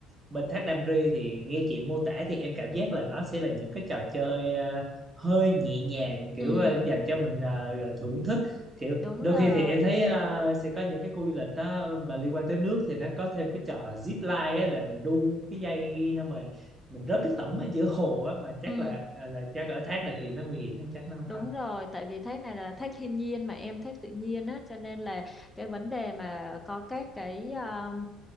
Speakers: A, on the right; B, in the centre.
A: bên Thác Đam Ri thì nghe chị mô tả thì em cảm giác là nó sẽ là những cái trò chơi ờ, hơi nhẹ nhàng kiểu
B: ừ
A: ờ, dành cho mình ờ, thưởng thức kiểu
B: đúng
A: đôi
B: rồi
A: khi thì em thấy
B: ừ
A: ờ, sẽ có những cái khu du lịch đó mà liên quan tới nước thì nó có thêm cái trò zip line á là mình đu cái dây xong rồi mình rớt cái tẩm ở giữa hồ á mà chắc
B: ừ
A: là ờ, là chắc ở thác này thì nó nguy hiểm hay chắc nó không
B: Đúng
A: có
B: rồi, tại vì thác này là thác thiên nhiên mà em thác tự nhiên á, cho nên là cái vấn đề mà có các cái um,